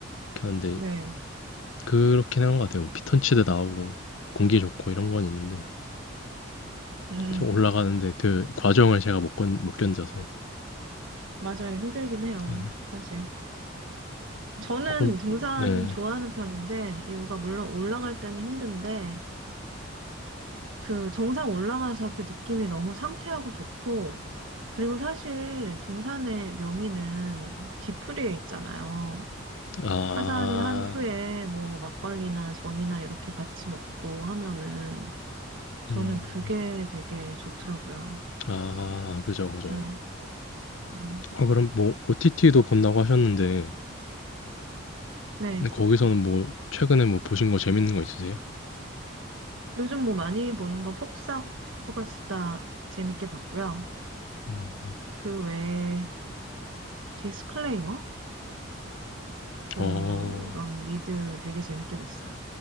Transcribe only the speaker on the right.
네,
음,
맞아요. 힘들긴 해요,
사실. 저는
등산
좋아하는 편인데, 이유가 물론 올라갈 때는 힘든데, 그 정상 올라가서 그 느낌이 너무 상쾌하고 좋고, 그리고 사실 등산의 묘미는 뒤풀이에 있잖아요.
하산한 후에 뭐 막걸리나 전이나 이렇게 같이 먹고 하면은 저는
그게 되게 좋더라고요.
네. 음.
네.
요즘 뭐 많이 보는 건 폭삭 소가수다 재밌게 봤고요.
그 외에 디스클레이머? 그런
미드 되게 재밌게 봤어요.